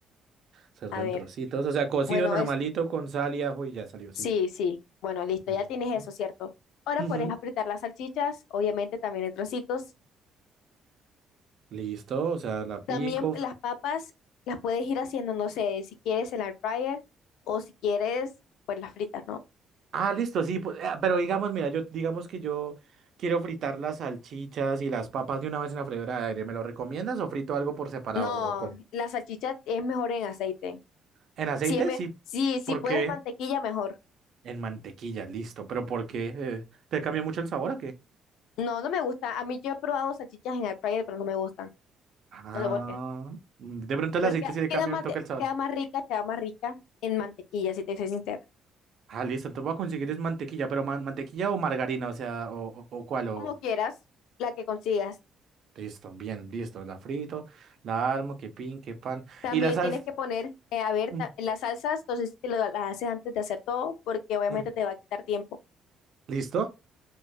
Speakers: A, on the right (about 50°); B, on the left (about 90°).
A: Cerdo
B: A ver,
A: en trocitos. O sea, cocido
B: bueno,
A: normalito
B: es,
A: con sal y ajo y ya salió, sí.
B: sí, sí, bueno, listo,
A: Listo.
B: ya tienes eso, ¿cierto? Ahora
A: Ujú.
B: pones a fritar las salchichas, obviamente también en trocitos.
A: Listo. O sea, la
B: También
A: pico. f-
B: las papas las puedes ir haciendo, no sé, si quieres en la air fryer o si quieres, pues las fritas, ¿no?
A: Ah, listo, sí. pues, ah, pero digamos, mira, yo digamos que yo quiero fritar las salchichas y las papas de una vez en la freidora de aire. ¿Me lo recomiendas o frito algo por separado?
B: No,
A: ¿O cómo?
B: la salchicha es mejor en aceite.
A: ¿En aceite?
B: Si, me,
A: Sí.
B: si, si
A: ¿Por
B: puedes
A: qué?
B: mantequilla, mejor.
A: En mantequilla, listo. ¿Pero por qué? Eh, ¿te cambia mucho el sabor o qué?
B: No, no me gusta. A mí yo he probado salchichas en air fryer, pero no me gustan.
A: Ah,
B: No sé por qué.
A: mm, de pronto el
B: Pero
A: aceite
B: que-
A: sí le
B: queda
A: cambia
B: más,
A: un toque
B: de-
A: el sabor.
B: queda más rica, queda más rica en mantequilla, si te soy sincera.
A: Ah, listo, entonces voy a conseguir es mantequilla, pero man- mantequilla o margarina, o sea, o, o, o cuál, o...
B: Como quieras, la que consigas.
A: Listo, bien, listo, la frito, la armo, que pin, que pan.
B: También
A: Y la salsa...
B: tienes que poner, eh, a ver,
A: mm,
B: ta- las salsas, entonces te lo, las haces antes de hacer todo, porque obviamente
A: mm,
B: te va a quitar tiempo.
A: ¿Listo?